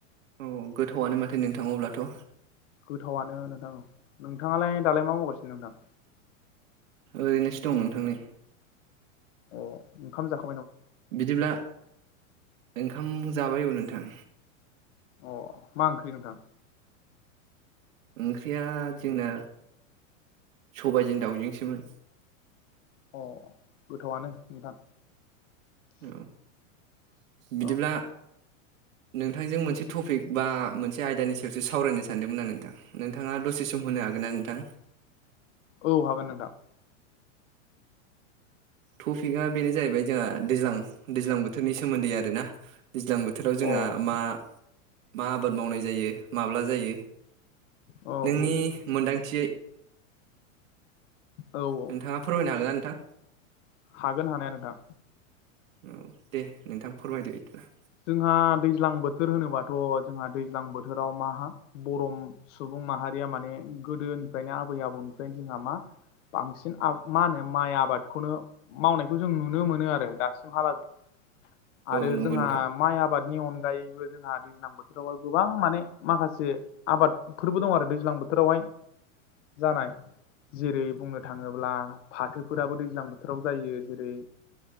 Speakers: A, on the right; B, on the left.
A: अह गोथावआनो माथो नोंथां अब्लाथ'
B: गोथावनो नोंथां उह नोंथाङालाय दालाय मा मावगासिनो नोंथां?
A: ओरैनोसो दं नोंथां नै
B: अह ओंखाम <unintelligible>
A: बिदिब्ला ओंखाम जाबाय औ नोंथां
B: उह मा ओंख्रि नोंथां
A: ओंख्रिया जोंना सबायजों दाउजोंसोमोन
B: अह गोथावआनो नोंथां
A: औ बिदिब्ला
B: औ
A: नोंथांजों मोनसे टपिक बा मोनसे आयदानि सायावसो सावरायनो सानदोंमोन आं नोंथां नोंथाङा दसे सम <unintelligible> होनो हागोनना नोंथां
B: औ हागोन नोंथां
A: टपिकआ बेनो जाहैबाय जोंहा दैज्लां दैज्लां बोथोरनि सोमोन्दै आरोना दैज्लां बोथोराव जोंहा
B: अ
A: मा मा आबाद मावनाय जायो माब्ला जायो
B: औ
A: नोंनि
B: औ
A: मोनदांथियै
B: औ औ
A: नोंथाङा फोरमायनो हागोन ना नोंथां
B: हागोन हानाया नोंथां।
A: उम दे नोंथां फोरमायदो बिदिब्ला
B: जोंहा दैज्लां बोथोर होनोबाथ' जोंहा दैज्लां बोथोराव <unintelligible> सुबुं माहारिया माने गोदोनिफ्रायनो आबै आबौनिफ्रायनो जोंहा मा बांसिन मा होनो माइ आबादखौनो मावनायखौ जों नुनो मोनो आरो दासिमहालागै आरो
A: औ नंगौ
B: जोंहा
A: नोंथां।
B: माइ आबादनि अनगायैबो जोंहा दैज्लां बोथोरावहाय गोबां माने माखासे आबादफोरबो दं आरो। दैज्लां बोथोरावहाय जानाय जेरै बुंनो थाङोब्ला फाथोफोराबो दैज्लां बोथोराव जायो जेरै